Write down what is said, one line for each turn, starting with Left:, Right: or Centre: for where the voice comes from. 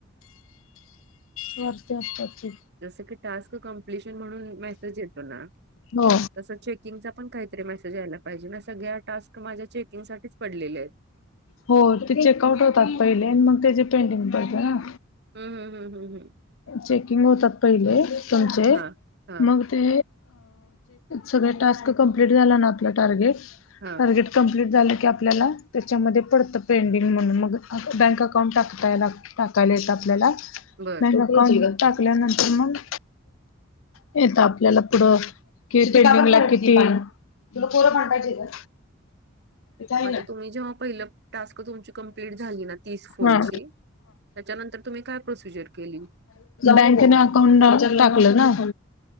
Left: वरती असतात ते.
Right: जस की टास्क कम्प्लिशन म्हणून मेसेज येतो ना,
Left: हो
Right: तस चेकिंग पण काहीतरी मेसेज यायला पाहिजे ना सगळ्या टास्क माझ्या चेकिंग साठीच पडलेले आहेत.
Left: हो. ते चेक आउट होतात पहिले आणि मग त्याची पेंडिंग पडत ना.
Right: हम्म हम्म हम्म हम्म हम्म.
Left: चेकिंग होतात पहिले तुमचे
Right: हा हा
Left: मग ते सगळे टास्क कंप्लीट झाला ना आपला टार्गेट
Right: हा
Left: टार्गेट कमप्लीट झालं की आपल्याला त्याच्यामध्ये पडतं पेंडिंग म्हणून मग बँक अकाउंट टाकताय लागत टाकायला येत आपल्याला
Right: बरं
Left: बँक टाकल्यानंतर मग येत आपल्याला पुढं कि पेंटिंगला किती तुला पोरं पण पाहिजे का इथं आहे
Right: मता
Left: ना.
Right: तुम्ही जेव्हा पहिलं टास्क तुमची कंप्लीट झाली ना तीस फोनची
Left: हा
Right: त्याच्यानंतर तुम्ही काय प्रोसिजर केली?
Left: बँकेने अकाउंट टाकलं ना